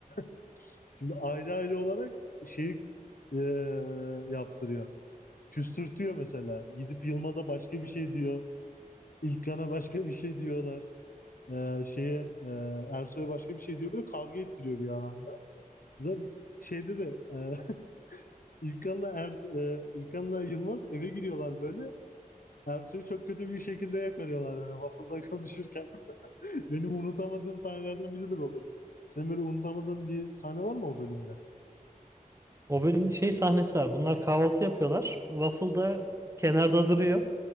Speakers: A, on the left; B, on the right.
A: <laughs> şimdi ayrı ayrı olarak şeyi e, yaptırıyor. Küstürtüyor mesela. Gidip Yılmaz'a başka bir şey diyor. İlkan'a başka bir şey diyorlar. E, şeye e, Ersoy'a başka bir şey diyor. Böyle kavga ettiriyor bir anlamda. Zaten şeyde de e, <laughs> İlkan'la Er- e, İlkan'la Yılmaz eve giriyorlar böyle. Ersoy'u çok kötü bir şekilde yakarıyorlar böyle waffle'da konuşurken. <laughs> Benim unutamadığım sahnelerden biridir o bölüm. Senin böyle unutamadığın bir sahne var mı o bölümde?
B: O bölümde şey sahnesi var. Bunlar kahvaltı yapıyorlar. Waffle da kenarda duruyor.